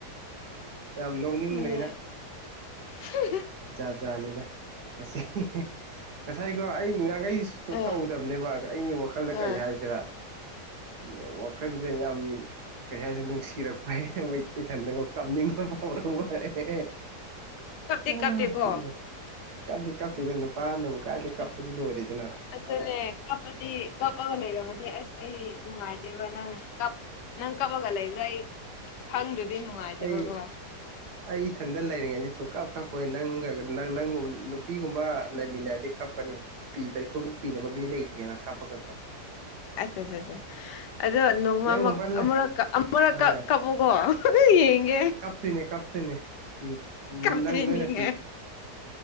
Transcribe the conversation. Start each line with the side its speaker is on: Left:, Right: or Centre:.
Right: ꯌꯥꯝ ꯅꯣꯛꯅꯤꯡꯕꯅꯤꯗ
Left: ꯅꯨꯡꯉꯥꯏ <inaudible>
Right: ꯖꯥꯠꯖꯥꯠꯅꯤꯗ ꯉꯁꯤ ꯉꯁꯥꯏꯒꯣ ꯑꯩ ꯉꯔꯥꯡꯒꯩꯁꯨ
Left: ꯑꯥ
Right: ꯇꯧꯗꯕꯅꯦꯕ ꯑꯩꯒꯤ ꯋꯥꯈꯜꯗ
Left: ꯑꯥ
Right: ꯀꯩ ꯍꯥꯏꯁꯤꯔ ꯅꯣ ꯋꯥꯛ ꯋꯥꯈꯜꯖꯦ ꯌꯥꯝ ꯀꯩ ꯍꯥꯏꯖꯦ ꯅꯨꯡꯁꯤꯔꯛꯄ ꯍ ꯍꯩ ꯃꯣꯏꯠ ꯏꯊꯟꯗꯀꯣ ꯀꯥꯞꯅꯤꯡꯕ ꯐꯥꯎꯔꯛꯄ ꯑꯦ ꯑꯦ
Left: ꯀꯞꯇꯤ
Right: ꯑ
Left: ꯀꯞꯇꯦꯀꯣ
Right: ꯅꯣꯛ ꯀꯞꯇꯤ ꯀꯝꯇꯦꯗ ꯅꯨ ꯄꯥꯅꯕꯨ ꯀꯥꯏꯗꯩ ꯀꯞꯄꯗꯤ
Left: ꯑꯁ
Right: ꯂꯣꯏꯔꯦꯗꯅ
Left: ꯑꯗꯨꯅꯦ ꯀꯞꯄꯗꯤ ꯀꯞꯄꯒ ꯂꯩꯔꯝꯃꯗꯤ ꯑꯁ ꯑꯩ ꯅꯨꯡꯉꯥꯏꯇꯦꯕ ꯅꯪ ꯀꯞ ꯅꯪ ꯀꯞꯄꯒ ꯂꯩꯗꯨꯗ ꯑꯩ ꯐꯪꯗ꯭ꯔꯗꯤ ꯅꯨꯡꯉꯥꯏꯇꯦꯕꯒꯣ
Right: ꯑꯩ ꯑꯩ ꯏꯊꯟꯗ ꯂꯩꯔꯤꯉꯩꯗꯤ ꯁꯨꯡꯀꯞ ꯀꯞꯄꯣꯏ ꯅꯪꯒꯒ ꯅꯪ ꯅꯪꯒꯨꯝꯕ ꯅꯨꯄꯤꯒꯨꯝꯕ ꯂꯩꯃꯤꯟꯅꯔꯗꯤ ꯀꯞꯀꯅꯤ ꯄꯤ ꯇꯩꯊꯣꯛ ꯄꯤꯅꯕ ꯃꯤ ꯂꯩꯇꯦ ꯍꯥꯕ ꯀꯥꯞꯄꯒꯀꯣ
Left: ꯑꯠ ꯆ ꯆ ꯆ ꯑꯗꯣ ꯅꯣꯡꯃ
Right: ꯅꯪꯒꯨꯝꯕ
Left: ꯑꯃꯛ
Right: ꯂꯩ
Left: ꯑꯃꯨꯔꯛꯀ ꯑꯝ ꯃꯔꯛꯀ
Right: ꯍꯣꯏ
Left: ꯀꯥꯞꯕꯨꯀꯣ ꯌꯦꯡꯒꯦ
Right: ꯇꯨꯏꯅꯦ ꯀꯞꯇꯨꯏꯅꯦ ꯄꯤꯠ
Left: ꯀꯞꯇꯣꯏꯅꯤꯅꯦ
Right: ꯅꯪ ꯅꯣꯏꯅ ꯄꯤꯠ